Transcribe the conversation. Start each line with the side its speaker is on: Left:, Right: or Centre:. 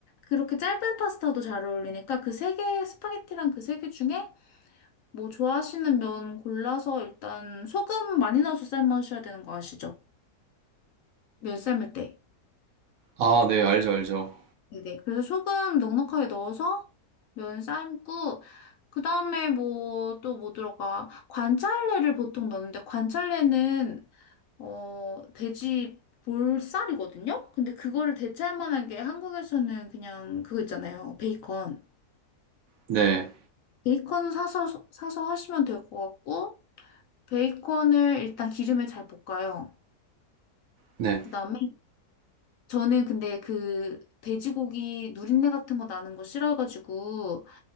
Left: 그렇게 짧은 파스타도 잘 어울리니까 그 세 개 스파게티랑 그 세 개 중에 뭐 좋아하시는 면 골라서 일단 소금 많이 넣어서 삶으셔야 되는 거 아시죠? 면 삶을 때.
Right: 아, 네, 알죠, 알죠.
Left: 네네. 그래서 소금 넉넉하게 넣어서 면 삶고 그 다음에 뭐 또 뭐 들어가 관찰래를 보통 넣는데 관찰래는 어, 돼지 볼살이거든요? 근데 그거를 대체할 만한 게 한국에서는 그냥 그거 있잖아요. 베이컨.
Right: 네,
Left: 베이컨 사서, 사서 하시면 될 것 같고, 베이컨을 일단 기름에 잘 볶아요.
Right: 네,
Left: 그 다음에 저는 근데 그 돼지고기 누린내 같은 거 나는 거 싫어해가지고